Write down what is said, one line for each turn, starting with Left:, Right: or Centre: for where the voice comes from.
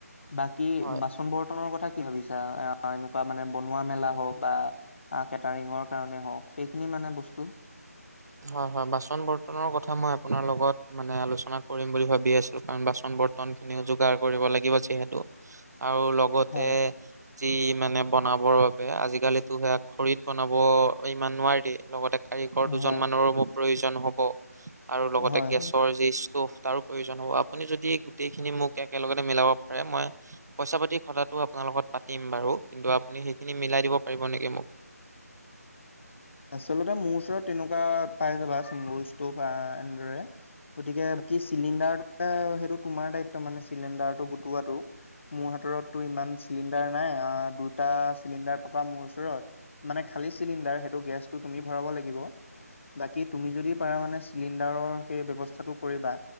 Left: বাকী
Right: হয়
Left: বাচন বৰ্তনৰ কথা কি ভাবিছা? এনেকুৱা মানে বনোৱা মেলা হওক বা কেটাৰিঙৰ কাৰণে হওক, সেইখিনি মানে বস্তু
Right: হয় হয়, বাচন বৰ্তনৰ কথা মই আপোনাৰ লগত মানে আলোচনা কৰিম বুলি ভাবি আছিলো। কাৰণ বাচন ব ৰ্তন খিনিও যোগাৰ কৰিব লাগিব। যিহেতু আৰু লগতে
Left: হয়
Right: যি মানে বনাবৰ বাবে আজিকালিটো, সেইয়া খৰিত বনাব ইমান নোৱাৰি, লগতে কাৰিকৰ দুজন
Left: হয়
Right: মানৰো মোৰ প্ৰয়োজন হ'ব, আৰু লগতে
Left: হয়
Right: গেছৰ
Left: হয়
Right: যি ষ্ট'ভ, তাৰো প্ৰয়োজন হ'ব। আপুনি যদি গোটেই খিনি মোক একেলগতে মিলাব পাৰে, মই পইচা পাতি কথাটো আপোনাৰ লগত পাতিম বাৰু। কিন্তু আপুনি সেইখিনি মিলাই দিব পাৰিব নেকি মোক?
Left: আচলতে মোৰ ওচৰত তেনেকুৱা পাই যাবা, চিংগল স্তক আঁ এনেদৰে গতিকে, বাকী চিলিণ্ডাৰ সেইটো তোমাৰ দায়িত্ব মানে চিলিণ্ডাৰটো গোটোৱাটো। মোৰ হাতৰটো ইমান চিলিণ্ডাৰ নাই। অঁ দুটা চিলিণ্ডাৰ পাবা মোৰ ওচৰত। মানে খালি চিলিণ্ডাৰ সেই টো গেছটো তুমি ভৰাব লাগিব। বাকী তুমি যদি পাৰা মানে, সেই ব্যৱস্থাটো কৰিবা।